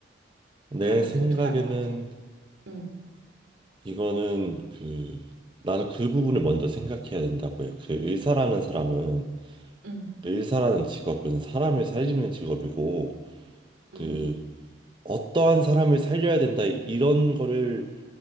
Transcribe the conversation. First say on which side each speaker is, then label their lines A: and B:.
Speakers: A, on the right (about 25°); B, on the right (about 85°).
A: 내
B: 그러면
A: 생각에는
B: 어떻게 할 것 같아? 음,
A: 이거는 그 나는 그 부분을 먼저 생각해야 된다고 해. 그 의사라는 사람은
B: 음,
A: 의사라는 직업은 사람을 살리는 직업이고 그
B: 음.
A: 어떠한 사람을 살려야 된다 이런 거를